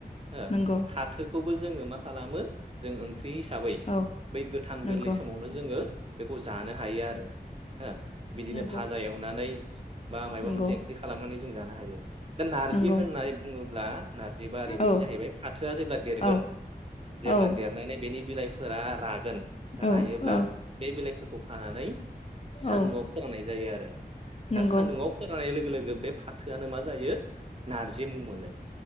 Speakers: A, on the right; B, on the left.
A: हो
B: नंगौ
A: फाथोखौ जोङो मा खालामो जों ओंख <unintelligible> हिसाबै
B: औ
A: बै गोथां
B: नंगौ
A: गोरलै समावनो जोङो बेखौ जानो हायो आरो हो बिदिनो
B: नंगौ
A: भाजा एवनानै बा मायबा
B: नंगौ
A: मोनसे ओंख्रि खालामनानै जों जानो हायो। दा नार्जि
B: नंगौ
A: होननानै बुङो ब्ला नारजि बा ओरैबायदि
B: औ
A: जाहैबाय फाथोआ जेब्ला देरगोन
B: औ
A: जेब्ला
B: औ
A: देरनानै बेनि बिलाइ फोरा रा गोन
B: औ
A: रायोब्ला
B: औ
A: बे बिलाइफोरखौ खानानै सान्दुंआव
B: औ
A: फोराननाय जायो आ रो
B: नंगौ
A: दा सान्दुङाव फोरोननाय लोगो लोगो बे फाथोआनो मा जायो नारजि मुं मोनो।